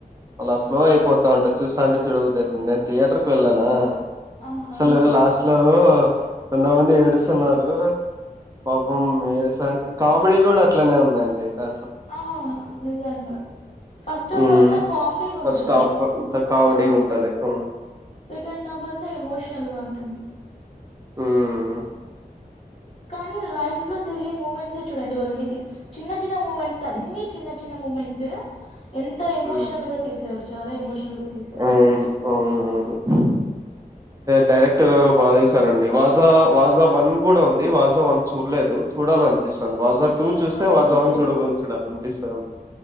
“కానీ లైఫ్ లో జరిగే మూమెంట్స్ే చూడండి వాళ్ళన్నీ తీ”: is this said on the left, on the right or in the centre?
Left